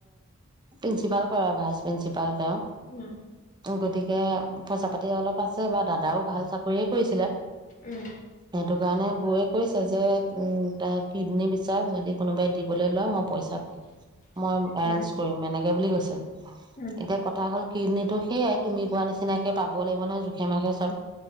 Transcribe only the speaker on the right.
প্ৰিন্ঞ্চিপাল কৰে ভাইচ প্ৰিন্ঞ্চিপাল তেওঁ
গতিকে পইচা পাতি অলপ আছে বা দাদাও ভাল চাকৰিয়ে কৰিছিলে
সেইটো কাৰণে বৌৱে কৈছে যে উ তেওঁ কিডনী বিচাৰক যদি কোনোবাই দি দিবলৈ লয় মই পইচা মই এৰেঞ্জ
কৰিম এনেকে বুলি কৈছে
এতিয়া কথা হ'ল কিডনীটো সেইয়াই তুমি কোৱা নিচিনাকে পাব লাগিব নহয় জোখে মাখে চব।